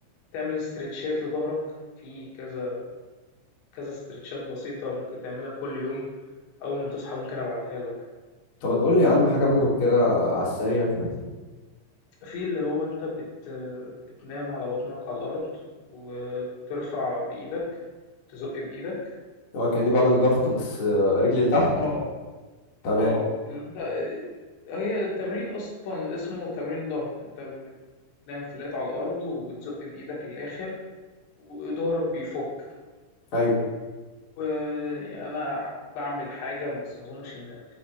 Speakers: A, on the left (about 75°); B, on the left (about 55°).
A: تعمل استرتشات لظهرك في كذا كذا استرتشات بسيطة ممكن تعملها كل يوم أول ما تصحى ممكن أبعتها لك
B: طب ما تقول لي يا عم حاجه منهم كده على السريع كده
A: في اللي هو انت بت... بتنام على بطنك على الأرض وترفع بإيدك تزق بإيدك
B: اه كاني بعمل ضغط بس آه، رجلي لتحت
A: اه
B: تمام
A: اه اللي انت هي التمرين أصلا اسمه تمرين ظهر انت بتنام فلات على الأرض وبتزق بإيدك للآخر وظهرك بيفك
B: ايوه
A: وأنا باعمل حاجة بس ما أظنش إن إن